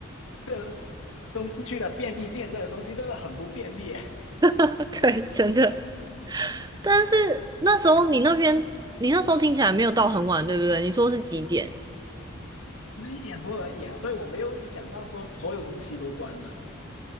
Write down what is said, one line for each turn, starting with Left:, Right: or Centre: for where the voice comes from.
Left: 这个中市区的便利店这个东西真的很不便利耶，
Right: <laughs> 对，真的。但是那时候你那边，你那时候听起来没有到很晚，对不对？你说是几点？
Left: 十一点多而已啊，所以我没有想到说所有东西都关了。